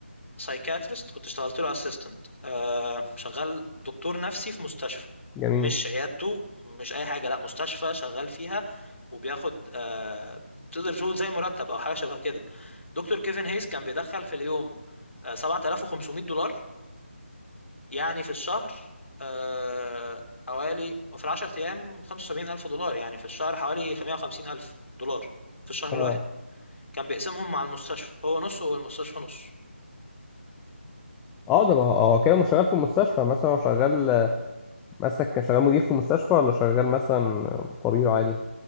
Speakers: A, on the left (about 75°); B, in the centre.
A: سايكاتريست كنت اشتغلت له اسيستنت أه شغال دكتور نفسي في مستشفى
B: جميل
A: مش عيادته مش اي حاجه لا مستشفى شغال فيها وبياخد أه تقدر تقول زي مرتب او حاجه شبه كده دكتور كيفن هيس كان بيدخل في اليوم آه، 7500 دولار يعني في الشهر أه حوالي وفي العشر ايام 75000 دولار يعني في الشهر حوالي 150000 دولار في الشهر
B: اه
A: الواحد كان بيقسمهم مع المستشفى هو نص والمستشفى نص
B: اه ده بقى- اه كده مش شغال في المستشفى مثلا هو شغال مثلا كان شغال مدير في مستشفى ولا شغال مثلا طبيب عادي